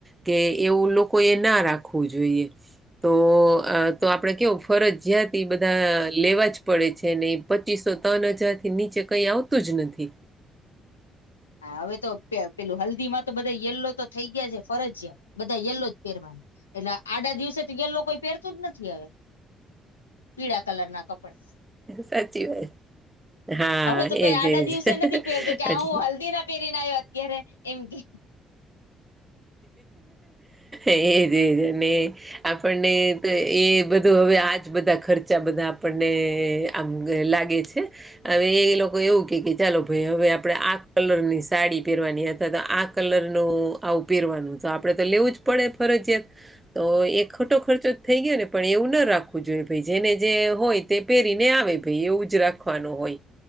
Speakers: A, on the right; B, on the left.
A: કે એવું લોકો કોઈએ ના રાખવું જોઈએ તો-તો આપણે કેવું, ફરજીયાત એ બધા લેવા જ પડે છે, ને એ પચીસો ત્રણ હજારથી નીચે કંઈ આવ તુ જ નથી.
B: હા હવે તો પેલું હલ્દીમાં તો બધા યલો તો થઈ ગયા છે, ફરજિયાત બધા યલો જ પહેરવાના એટલે આડા દિવસે તો યલો કોઈ પહેરતું જ નથી હવે પીળા કલરના કપડા
A: સાચી વાત હા
B: હવે તો કોઈ
A: એજ
B: આડા
A: એજ
B: દિવસે નથી પહેરતોું કે
A: એટલે
B: હું હલ્દીના પહેરીને આવ્યો અત્યારે એમ કે
A: એજ-એજ ને આપણને તો એ બધું હવે આજ બધા ખર્ચા બધા આપણને આમ લાગે છે. હવે એ લોકો એવું કે કે ચાલો ભાઈ હવે આપણેે આ કલરની સાડી પહેરવાની અથવા તો આ કલરનું આવું પેરવાનું તો આપડે તો લેવું જ પડે ફરજયાત તો એ ખોટો ખર્ચો થઈ ગયો ને પણ એવું ના રાખવું જોઈએ ભાઈ જેને જે હોય તે પહેરીને આવે ભાઈ એવું જ રાખવાનું હોય